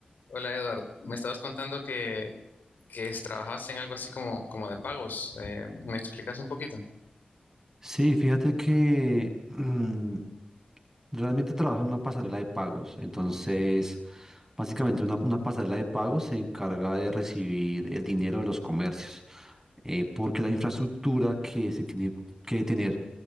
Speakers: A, on the left; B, on the right.
A: Hola Edward, me estabas contando que, que es- trabajabas en algo así como, como de pagos. Eh, ¿me explicas un poquito?
B: Sí, fíjate que mm, realmente trabajo en una pasarela de pagos. Entonces, básicamente una, una pasarela de pagos se encarga de recibir el dinero de los comercios, eh, porque la infraestructura que se tiene que tener